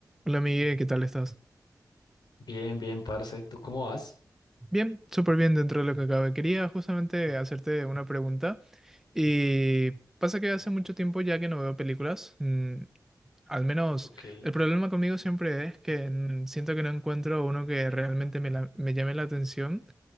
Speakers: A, in the centre; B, on the left.
A: Hola Miguel, ¿qué tal estás?
B: Bien, bien, parce. ¿Tú cómo vas?
A: Bien, súper bien dentro de lo que cabe. Quería justamente hacerte una pregunta y pasa que hace mucho tiempo ya que no veo películas. mm, al menos
B: Ok.
A: el problema conmigo siempre es que mm, siento que no encuentro uno que realmente me, la- me llame la atención